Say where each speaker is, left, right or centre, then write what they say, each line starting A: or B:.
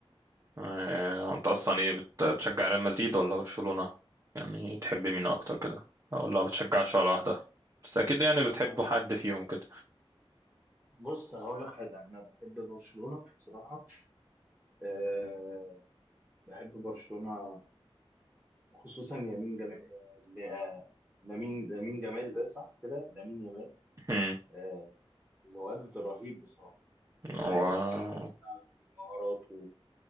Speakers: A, on the right; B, on the right.
A: آه، انت اصلا ايه بت- بتشجع ريال مدريد ولا برشلونة يعني تحب مين اكتر كده ولا ما بتشجعش ولا واحدة بس اكيد يعني بتحب
B: آه
A: حد فيهم كده
B: بص هقول لك حاجه انا بحب برشلونه بصراحه آه بحب برشلونه خصوصا يمين جمال آه ل- آه، لامين لامين جمال ده صح كده لامين يامال
A: هم،
B: آه الواد رهيب بصراحه خصوصا
A: <laughs> هو
B: الامكانيات بتاعته ومهاراته